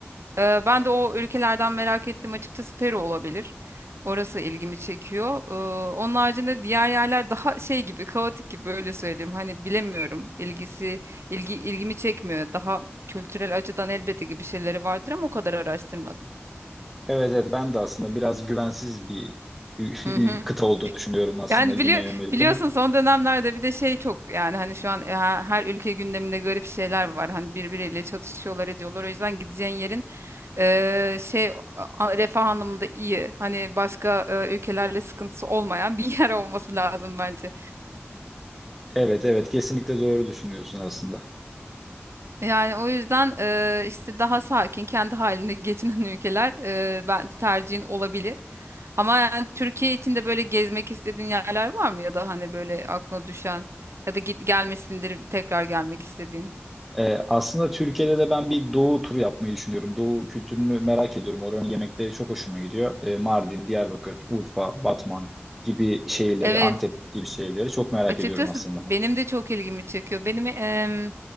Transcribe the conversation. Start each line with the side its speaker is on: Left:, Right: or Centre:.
Right: e, ben de o ülkelerden merak ettim. Açıkçası Peru olabilir. Orası ilgimi çekiyor. Ee, onun haricinde diğer yerler daha şey gibi, kaotik gibi öyle söyleyeyim. Hani bilemiyorum. İlgisi ilgi ilgimi çekmiyor. Daha Kültürel açıdan elbette ki bir şeyleri vardır ama o kadar araştırmadım.
Centre: Evet evet ben de aslında biraz güvensiz bir
Right: Hı hı.
Centre: <laughs> kıta olduğunu düşünüyorum aslında
Right: Yani
Centre: Güney
Right: bili
Centre: Amerika'nın.
Right: biliyorsun son dönemlerde bir de şey çok yani hani şu an e, ha- her ülke gündeminde garip şeyler var. Hani birbiriyle çatışıyorlar ediyorlar. O yüzden gideceğin yerin e, şey a- refah anlamında iyi. Hani başka e, ülkelerle sıkıntısı olmayan bir <laughs> yer olması lazım bence.
Centre: Evet evet kesinlikle doğru düşünüyorsun aslında.
Right: Yani o yüzden eee, işte daha sakin, kendi halinde geçinen ülkeler eee, ben tercihin olabilir. Ama yani Türkiye için de böyle gezmek istediğin yerler var mı ya da hani böyle aklına düşen ya da git gelmesindir tekrar gelmek istediğin?
Centre: Ee, aslında Türkiye'de de ben bir doğu turu yapmayı düşünüyorum. Doğu kültürünü merak ediyorum. Oranın yemekleri çok hoşuma gidiyor. Ee, Mardin, Diyarbakır, Urfa, Batman gibi şehirleri,
Right: Evet
Centre: Antep gibi şehirleri çok merak
Right: Açıkçası
Centre: ediyorum aslında.
Right: benim de çok ilgimi çekiyor. Benim em,